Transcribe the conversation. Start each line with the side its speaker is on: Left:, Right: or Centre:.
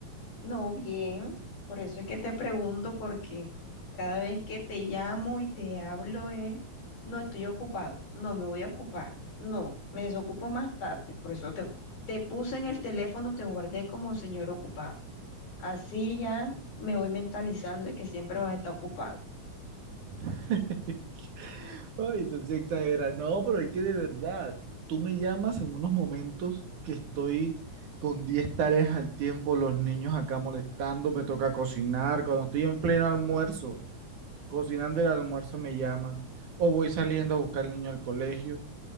Left: No, bien. Por eso es que te pregunto, porque cada vez que te llamo y te hablo es, no estoy ocupado, no me voy a ocupar, no, me desocupo más tarde. Por eso te, te puse en el teléfono, te guardé como señor ocupado. Así ya me voy mentalizando de que siempre vas a estar ocupado.
Right: <laughs> Ay, tú sí exageras. No, pero es que de verdad, tú me llamas en unos momentos que estoy con 10 tareas al tiempo, los niños acá molestando, me toca cocinar, cuando estoy en pleno almuerzo, cocinando el almuerzo me llamas, o voy saliendo a buscar al niño al colegio.